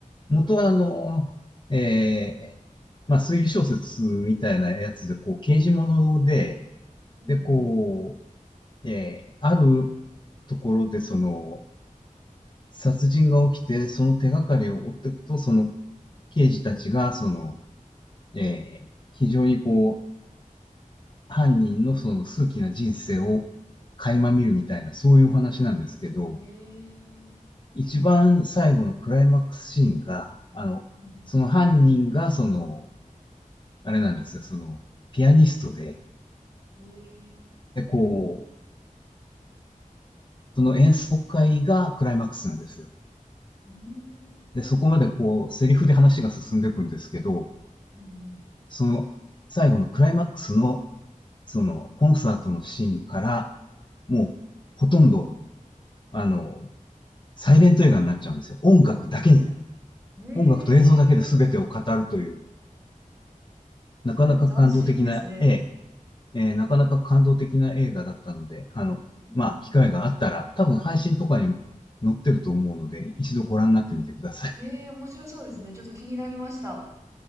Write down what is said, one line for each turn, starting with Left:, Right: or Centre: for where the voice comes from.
Left: 元はあの、えー、まあ、推理小説みたいなやつで、こう、刑事物で、
Right: うん
Left: で、こう、えー、あるところで、その、殺人が起きて、その手がかりを追っていくと、その刑事たちが、その、えー非常にこう、犯人のその数奇な人生を垣間見るみたいな、そういうお話なんですけど、
Right: うん。へえ、
Left: 一番最後のクライマックスシーンが、あの、
Right: うん。
Left: その犯人が、その、あれなんですよ、その、ピアニストで、
Right: へえ、
Left: で、こう、その演奏会がクライマックスなんですよ。
Right: うーん。
Left: で、そこまでこう、セリフで話が進んでいくんですけど、
Right: うん
Left: その、最後のクライマックスのその、コンサートのシーンから、もう、ほとんど、あの、サイレント映画になっちゃうんですよ。音楽だけになる。
Right: うん。へえ、
Left: 音楽と映像だけで全てを語るという、
Right: すごい斬新ですね。
Left: なかなか感動的な絵、ええーなかなか感動的な映画だったので、あの、
Right: うん。
Left: まあ、機会があったら、多分配信とかにも載ってると思うので、一度ご覧になってみてください。
Right: へえ、面白そうですね。ちょっと気になりました。